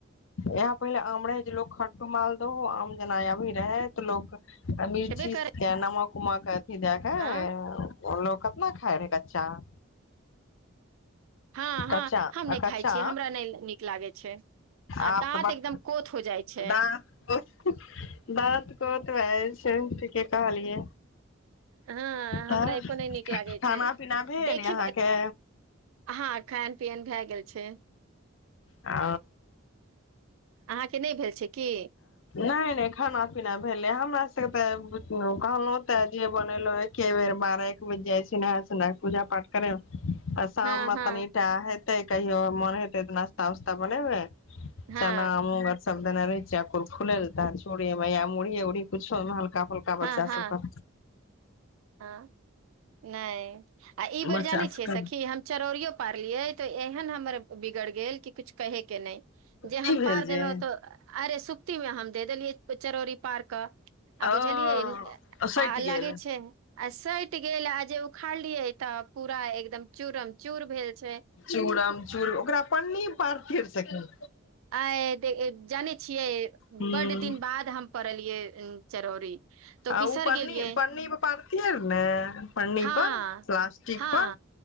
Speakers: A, on the left (about 65°); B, on the right (about 80°).
A: यहाँ पहिले आम रहै जे लोग खरटो माल दो आम जेना या भी रहै तो लोग मिर्ची
B: हेबे करै
A: के नमक उमक अथी दक
B: हँ
A: बोलो कितना खााय रहे कच्चा आम।
B: हँ
A: कच्चा
B: हँ हम
A: आ
B: नहि
A: कच्चा
B: खाइ छियै हमरा नहि नीक लागै छै आ
A: आम
B: दाँत
A: तऽ बस
B: एकदम कोथ हो जाइ छै
A: दाँत <unintelligible> दाँत <unintelligible> छैय ठीके कहलियै।
B: हँ
A: तब
B: हमरा एको नहि नीक लागै
A: खाना
B: छै
A: पीना भेल
B: देखी
A: यहाँके?
B: हँ खायन पियन भए गेल छैय।
A: आ
B: अहाँके नहि भेल छै की
A: नहि नहि एखन पीना भेले हमरा सब के ते बुलंदियों कहलो त जे बनेलो एके बेर बारह एक बेज जाय नहाय सुनाय पूजा पाठ करै मे। आ शाममे
B: हँ हँ
A: तनिटा हेतै कहियो मोन हेतै तऽ नाास्ता उस्ता बनेबै।
B: हँ
A: चना मुंग सब देने रहै छियै फूलै लेल तै चूरे मे या मुड़ही उड़ ही किछो मे हल्का फल्का
B: हँ
A: बच्चा
B: हँ
A: सबका
B: हँ नहि आ ई बेर
A: बच्चा
B: जानै
A: सबके
B: छियै सखी हम चरौरियो पारलियै तऽ एहन हमर बिगड़ गेल कि कुछ कहे के नहि जे
A: की
B: हम
A: भेल
B: पार
A: जे
B: देलहुँ तऽ अरे सुप्ती मे हम दे देलियै चरौड़री पार के आ
A: ओ
B: बुझलियै
A: सटि
B: आ अलगे
A: गेल
B: छै आ सटि गेल आ जे उखाड़लियै तऽ पूरा एकदम चूरम चूर भेल छै
A: चूड़म चूड़ ओकरा पन्नी पार फिर सकी
B: आ जानै छियै
A: हूँ
B: बड्ड दिन बाद हम परलियै चरौरी तो
A: आ
B: बिसर
A: ओ पन्नी
B: गेलियै
A: पन्नी पर पड़ती ह ने पन्नी
B: हँ
A: पर प्लास्टिक
B: हँ
A: पर